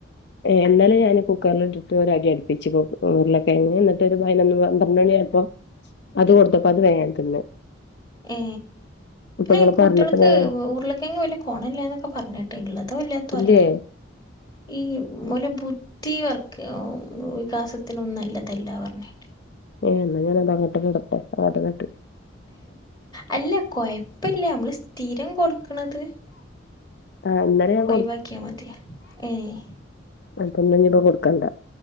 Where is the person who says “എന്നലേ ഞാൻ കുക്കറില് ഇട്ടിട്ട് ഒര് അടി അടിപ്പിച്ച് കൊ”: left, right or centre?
Left